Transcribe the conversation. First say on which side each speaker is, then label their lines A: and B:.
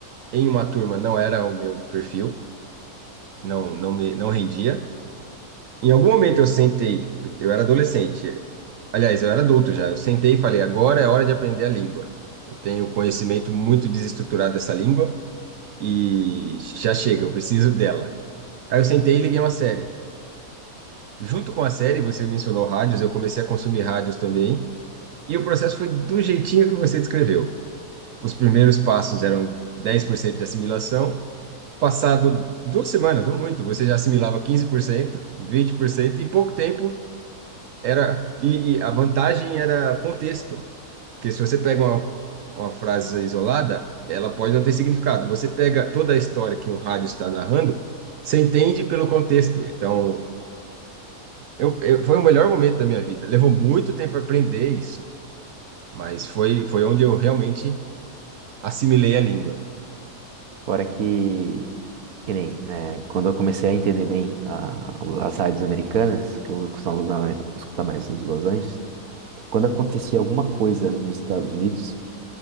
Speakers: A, on the right (about 70°); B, on the right (about 85°).
A: em uma turma não era o meu perfil, não, não me, não rendia. Em algum momento eu sentei, eu era adolescente, aliás, eu era adulto já, eu sentei e falei, agora é hora de aprender a língua. Eu tenho conhecimento muito desestruturado dessa língua e já chega, eu preciso dela. Aí eu sentei e liguei uma série. Junto com a série, você mencionou rádios, eu comecei a consumir rádios também. E o processo foi do jeitinho que você descreveu. Os primeiros passos eram 10% de assimilação. Passado duas semanas, não muito, você já assimilava quinze por cento, vinte por cento. e em pouco tempo era. E, e a vantagem era contexto. Porque se você pega uma, uma frase isolada, ela pode não ter significado. Você pega toda a história que um rádio está narrando, você entende pelo contexto. Então, eu, eu- foi o melhor momento da minha vida. Levou muito tempo aprender isso, mas foi, foi onde eu realmente assimilei a língua.
B: Fora que... Que nem, né, quando eu comecei a entender bem a- as rádios americanas, que eu costumava escutar mais as de Los Angeles, quando acontecia alguma coisa nos Estados Unidos,